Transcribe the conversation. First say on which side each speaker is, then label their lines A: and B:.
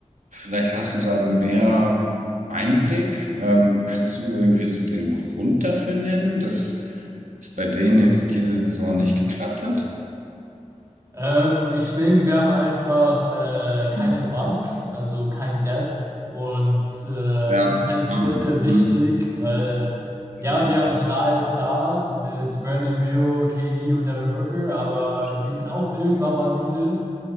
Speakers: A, on the right; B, on the right.
A: vielleicht hast du da mehr Einblick, ähm, kannst du irgendwie so den Grund dafür nennen, dass es bei denen jetzt diese Saison nicht geklappt hat?
B: Ähm, ich denke, wir haben einfach äh, keine
A: Hm.
B: Bank, also kein Depth. Und äh,
A: Ja,
B: das ist halt
A: ah,
B: sehr, sehr wichtig,
A: hm.
B: weil ja,
A: Hm.
B: wir haben drei Stars mit Bradley Beal, KD und Devin Booker, aber
A: Stimmt.
B: die sind auch irgendwann mal müde.